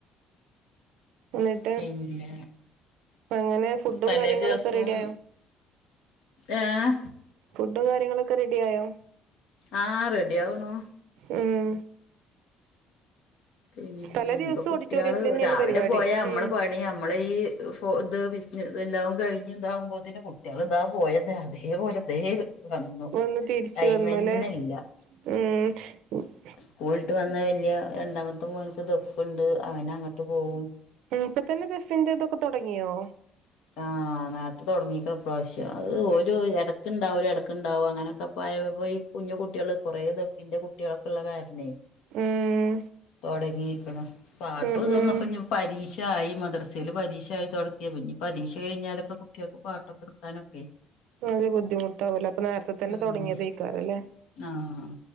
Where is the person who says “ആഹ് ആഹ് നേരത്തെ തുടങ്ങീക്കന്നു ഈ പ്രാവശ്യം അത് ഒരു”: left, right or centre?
Left